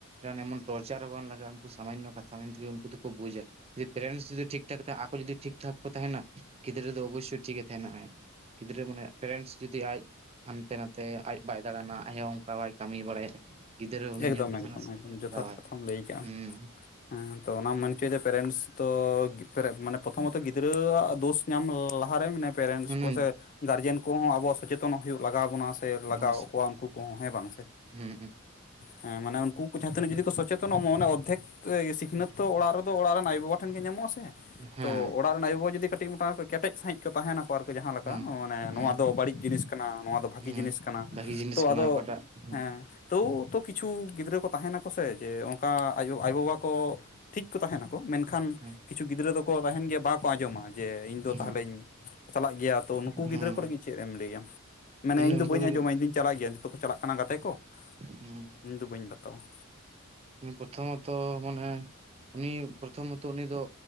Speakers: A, on the right; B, on the left.
A: ᱟᱱ ᱮᱢᱚᱱ ᱯᱨᱚᱪᱟᱨ ᱦᱚᱸ ᱵᱟᱝ ᱞᱟᱜᱟᱜᱼᱟ ᱩᱱᱠᱩ ᱥᱟᱢᱟᱱᱱᱚ ᱠᱟᱛᱷᱟ ᱢᱮᱱᱛᱮ ᱜᱮ ᱩᱱᱠᱩ ᱫᱚᱠᱚ ᱵᱩᱡᱟ ᱾ ᱡᱩᱫᱤ ᱯᱮᱨᱮᱱᱴᱥ ᱡᱩᱫᱤ ᱴᱷᱤᱠ ᱴᱷᱟᱠ, ᱟᱠᱚ ᱡᱩᱫᱤ ᱴᱷᱤᱠ ᱴᱷᱟᱠ ᱠᱚ ᱛᱟᱸᱦᱮᱱᱟ, ᱜᱤᱫᱽᱨᱟᱹ ᱫᱚ ᱚᱵᱚᱥᱥᱳᱭ ᱴᱷᱤᱠᱮ ᱛᱟᱸᱦᱮᱱᱟ ᱟᱭ ᱾ ᱜᱤᱫᱽᱨᱟᱹ ᱢᱟᱱᱮ ᱯᱮᱨᱮᱱᱴᱥ ᱡᱩᱫᱤ ᱟᱡ ᱦᱟᱱᱛᱮ ᱱᱟᱛᱮ ᱟᱡ ᱵᱟᱭ ᱫᱟᱬᱟᱱᱟ ᱟᱡᱦᱚᱸ ᱚᱱᱠᱟ ᱵᱟᱭ ᱠᱟᱹᱢᱤ ᱵᱟᱲᱟᱭᱟᱼᱺ ᱜᱤᱫᱽᱨᱟᱹ ᱩᱱᱤ
B: ᱮᱠᱫᱚᱢ
A: ᱧᱮᱞᱛᱮ
B: ᱮᱠᱫᱚᱢ
A: ᱡᱟᱦᱟᱱᱟᱜ ᱥᱤᱠᱷᱱᱟᱹᱛ
B: ᱮᱠᱫᱚᱢ ᱡᱚᱛᱷᱟᱛ
A: ᱦᱟᱛᱟᱣᱟ
B: ᱠᱟᱛᱷᱟᱢ ᱞᱟᱹᱭ ᱠᱟᱜᱼᱟ
A: ᱦᱮᱸᱼᱼ
B: ᱦᱮᱸ ᱛᱚ ᱚᱱᱟ ᱢᱮᱱ ᱦᱚᱪᱚᱭᱫᱟ ᱯᱮᱨᱮᱱᱴᱥ ᱛᱚ ᱢᱟᱱᱮ ᱯᱨᱚᱛᱷᱚᱢᱚᱛᱚ ᱜᱤᱫᱽᱨᱟᱹᱣᱟᱜ ᱫᱳᱥ ᱾ ᱧᱟᱢ ᱞᱟᱦᱟ ᱨᱮ ᱢᱟᱱᱮ ᱯᱮᱨᱮᱱᱴᱥ
A: ᱦᱮᱸ
B: ᱠᱚ ᱥᱮᱼᱼ ᱜᱟᱨᱡᱮᱱ ᱠᱚᱦᱚᱸ ᱟᱵᱚᱣᱟᱜ ᱥᱚᱪᱮᱛᱚᱱᱚᱜ ᱦᱩᱭᱩᱜ ᱞᱟᱜᱟᱣ ᱵᱚᱱᱟ ᱥᱮ ᱞᱟᱜᱟᱣ
A: ᱚᱵᱚᱥᱥᱳᱭ
B: ᱠᱚᱣᱟ ᱩᱱᱠᱩ ᱠᱚᱦᱚᱸ ᱦᱮᱸ ᱵᱟᱝ ᱥᱮ ᱾
A: ᱦᱩᱸ ᱦᱩᱸ ᱾
B: ᱦᱮᱸ ᱢᱟᱱᱮ ᱩᱱᱠᱩ ᱠᱚ ᱡᱟᱦᱟᱸ ᱛᱤᱱᱟᱹᱜ ᱡᱩᱫᱤ ᱠᱚ ᱥᱚᱪᱮᱛᱚᱱᱚᱜᱼᱟ, ᱢᱟᱱᱮ ᱚᱨᱫᱷᱮᱠ ᱮ ᱥᱤᱠᱷᱱᱟᱹᱛ ᱫᱚ ᱚᱲᱟᱜ ᱨᱮᱫᱚ ᱚᱲᱟᱜ ᱨᱮᱱ ᱟᱭᱳᱼᱵᱟᱰᱟᱼᱼ ᱴᱷᱮᱱ ᱜᱮ ᱧᱟᱢᱚᱜ ᱟ ᱥᱮ,
A: ᱦᱮᱸ
B: ᱛᱚ ᱚᱲᱟᱜ ᱨᱤᱱ ᱟᱭᱳ ᱵᱟᱵᱟ ᱡᱩᱫᱤ ᱠᱟᱹᱴᱤᱡ ᱢᱚᱴᱟᱢᱩᱴᱤ ᱠᱮᱴᱮᱡ ᱥᱟᱺᱦᱤᱡ ᱠᱚ ᱛᱟᱸᱦᱮᱱᱟᱠᱚ ᱟᱨᱠᱤ ᱾ ᱡᱟᱦᱟᱸ ᱞᱮᱠᱟ
A: ᱦᱩᱸ
B: ᱢᱟᱱᱮ
A: ᱦᱩᱸ
B: ᱱᱚᱣᱟ ᱫᱚ ᱵᱟᱹᱲᱤᱡ ᱡᱤᱱᱤᱥ ᱠᱟᱱᱟ ᱱᱚᱣᱟ ᱫᱚ ᱵᱷᱟᱹᱜᱤ
A: ᱦᱩᱸ
B: ᱡᱤᱱᱤᱥ ᱠᱟᱱᱟ,
A: ᱵᱷᱟᱜᱤ ᱡᱤᱱᱤᱥ
B: ᱛᱚ
A: ᱠᱟᱱᱟ
B: ᱟᱫᱚᱼᱼ
A: ᱚᱠᱟᱴᱟᱜ ᱦᱩᱸ
B: ᱦᱮᱸ ᱾ ᱛᱟᱹᱣ ᱛᱚ ᱠᱤᱪᱷᱩ ᱜᱤᱫᱽᱨᱟᱹ ᱠᱚ ᱛᱟᱸᱦᱮᱱᱟᱠᱚ ᱥᱮ ᱡᱮ ᱚᱱᱠᱟ ᱟᱡ ᱟᱭᱳᱼᱵᱟᱵᱟ ᱠᱚ ᱴᱷᱤᱠ ᱠᱚ ᱛᱟᱸᱦᱮᱱᱟ ᱾ ᱢᱮᱱᱠᱷᱟᱱ
A: ᱦᱩᱸ
B: ᱠᱤᱪᱷᱩ ᱜᱤᱫᱽᱨᱟᱹ ᱫᱚᱠᱚ ᱛᱟᱸᱦᱮᱱ ᱜᱮᱭᱟ ᱵᱟᱠᱚ ᱟᱸᱡᱚᱢᱟ, ᱡᱮ ᱤᱧ ᱫᱚ
A: ᱦᱩᱸ
B: ᱛᱟᱦᱚᱞᱮᱧᱼᱼ ᱪᱟᱞᱟᱠ ᱜᱮᱭᱟ ᱛᱚ, ᱱᱩᱠᱩ
A: ᱦᱩᱸ
B: ᱜᱤᱫᱽᱨᱟᱹ ᱠᱚ ᱞᱟᱹᱜᱤᱫ ᱪᱮᱫ ᱮᱢ ᱞᱟᱹᱭᱟ, ᱢᱟᱱᱮ ᱤᱧ ᱫᱚ
A: ᱩᱱᱠᱩ
B: ᱵᱟᱹᱧ
A: ᱞᱟᱹᱜᱤᱫ
B: ᱟᱸᱡᱚᱢᱟ ᱤᱧᱫᱩᱧᱼᱼ ᱪᱟᱞᱟᱜ ᱜᱮᱭᱟ, ᱡᱚᱛᱚ ᱠᱚ ᱪᱟᱞᱟᱜ ᱠᱟᱱᱟ ᱜᱟᱛᱮ ᱠᱚᱼᱼ
A: ᱦᱩᱸ <unintelligible>
B: ᱤᱧᱫᱚ ᱵᱟᱹᱧ ᱵᱟᱛᱟᱣᱟ ᱾
A: ᱯᱨᱚᱛᱷᱚᱢᱚᱛᱚ ᱢᱟᱱᱮ, ᱩᱱᱤ ᱯᱨᱚᱛᱷᱚᱢᱚᱛᱚ ᱩᱱᱤ ᱫᱚᱼᱼ